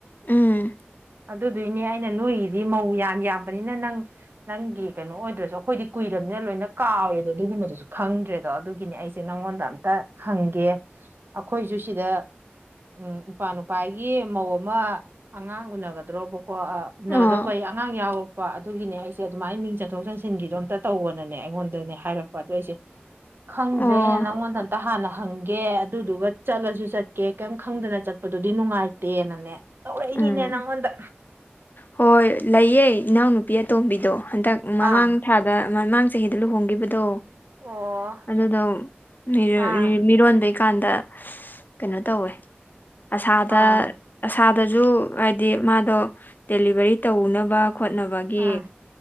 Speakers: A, on the left; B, on the right.
A: ꯎꯝ
B: ꯑꯗꯨꯗꯨꯏꯅꯦ ꯑꯩꯅ ꯅꯣꯏꯒꯤꯗꯤ ꯃꯧ ꯌꯥꯝ ꯌꯥꯝꯕꯅꯤꯅ ꯅꯪ ꯅꯪꯒꯤ ꯀꯩꯅꯣ ꯑꯣꯏꯗ꯭ꯔꯁꯨ ꯑꯩꯈꯣꯏꯗꯤ ꯀꯨꯏꯔꯕꯝꯅꯤꯅ ꯂꯣꯏꯅ ꯀꯥꯎꯔꯦꯗꯣ ꯑꯗꯨꯒꯨꯝꯕꯗꯨꯁꯨ ꯈꯪꯗ꯭ꯔꯦꯗꯣ ꯑꯗꯨꯒꯤꯅꯦ ꯑꯩꯁꯦ ꯅꯪ ꯑꯩꯉꯣꯟꯗ ꯑꯝꯇ ꯍꯪꯒꯦ ꯑꯩꯈꯣꯏꯁꯨ ꯁꯤꯗ ꯎꯝ ꯏꯄꯥ ꯅꯨꯄꯥꯒꯤ ꯃꯧ ꯑꯃ ꯑꯉꯥꯡ ꯎꯅꯒꯗ꯭ꯔꯣꯕꯀꯣ ꯎꯅꯒꯗꯧꯕꯏ
A: ꯑꯣ
B: ꯑꯉꯥꯡ ꯌꯥꯎꯔꯛꯄ ꯑꯗꯨꯒꯤꯅꯦ ꯑꯩꯁ ꯁꯦ ꯑꯗꯨꯃꯥꯏꯅ ꯃꯤꯡ ꯆꯟꯊꯣꯛ ꯆꯟꯁꯤꯟꯒꯤꯗꯣ ꯑꯝꯇ ꯇꯧꯕꯅꯅꯦ ꯑꯩꯉꯣꯟꯗꯅꯦ ꯍꯥꯏꯔꯛꯄ ꯑꯗꯨꯗꯣ ꯑꯩꯁꯦ ꯈꯪꯗ꯭ꯔꯦ
A: ꯑꯣ
B: ꯑꯩꯅ ꯅꯪꯉꯣꯟꯗ ꯑꯝꯇ ꯍꯥꯟꯅ ꯍꯪꯒꯦ ꯦ ꯑꯗꯨꯗꯨꯒ ꯆꯠꯂꯁꯨ ꯆꯠꯀꯦ ꯀꯔꯤꯝ ꯈꯪꯗꯅ ꯆꯠꯄꯗꯨꯗꯤ ꯅꯨꯡꯉꯥꯏꯇꯦꯅꯅꯦ ꯇꯧꯔꯛꯏꯅꯤꯅꯦ
A: ꯎꯝ
B: ꯅꯪꯉꯣꯟꯗ
A: ꯍꯣꯏ ꯂꯩꯌꯦ ꯏꯅꯥꯎ ꯅꯨꯄꯤ ꯑꯇꯣꯝꯕꯤ ꯍꯟꯗꯛ ꯃꯃꯥꯡ
B: ꯑꯥ
A: ꯊꯥꯗ ꯃꯃꯥꯡ ꯆꯍꯤꯗ ꯂꯨꯍꯣꯡꯈꯤꯕꯗꯣ
B: ꯑꯣ
A: ꯑꯗꯨꯗꯗ ꯃꯤ
B: ꯑꯥ
A: ꯃꯤꯔꯣꯟ ꯀꯥꯟꯗ ꯀꯩꯅꯣ ꯇꯧꯋꯦ ꯑꯁꯥꯗ
B: ꯑꯥ
A: ꯑꯁꯥ ꯑꯗꯨꯗꯁꯨ ꯍꯥꯏꯗꯤ ꯃꯥꯗꯣ ꯗꯦꯂꯤꯚꯔꯤ ꯇꯧꯅꯕ ꯈꯣꯠꯅꯕꯒꯤ
B: ꯑꯥ